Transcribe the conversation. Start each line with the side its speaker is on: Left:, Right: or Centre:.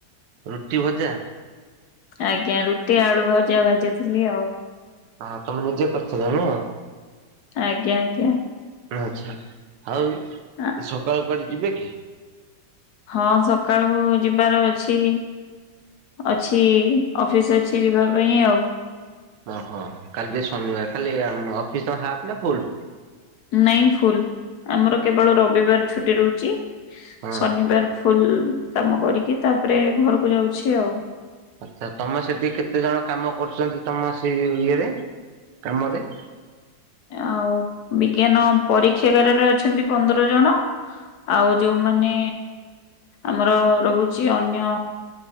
Right: ରୁଟି ଭଜା?
Left: ଆଜ୍ଞା ରୁଟି ଆଳୁ ଭଜା ଭାଜିଥିଲି ଆଉ।
Right: ହଁ ତମେ ନିଜେ କରିଥିଲ ନା?
Left: ଆଜ୍ଞା ଆଜ୍ଞା।
Right: ଆଛା ଆଉ
Left: ଆ
Right: ସକାଳୁ କୁଆଡୁ ଯିବେ କି?
Left: ହଁ ସକାଳକୁ ଯିବାର ଅଛି। ଅଛି ଅଫିସ୍ ଅଛି ଯିବା ପାଇଁ ଆଉ।
Right: ଓହୋ କାଲି ଶନିବାର ଖାଲି ଅଫିସ ହା ନା ଫୁଲ?
Left: ନାଇଁ ଫୁଲ୍ ଆମର କେବଳ ରବିବାର ଛୁଟି ରହୁଛି,
Right: ହଁ
Left: ଶନିବାର ଫୁଲ୍ କାମ କରିକି ତାପରେ ଘରକୁ ଯାଉଛି ଆଉ।
Right: ଆଚ୍ଛା ତମେ ସେଠି କେତେ ଜଣ କାମ କରୁଛନ୍ତି ତମ ସେଇ ଇଏରେ କାମରେ? <inaudible>
Left: ଆଉ ବିଜ୍ଞାନ ପରୀକ୍ଷାଗାରରେ ଅଛନ୍ତି ପନ୍ଦର ଜଣ ଆଉ ଯୋଉ ମାନେ ଆମର ରହୁଛି ଅନ୍ୟ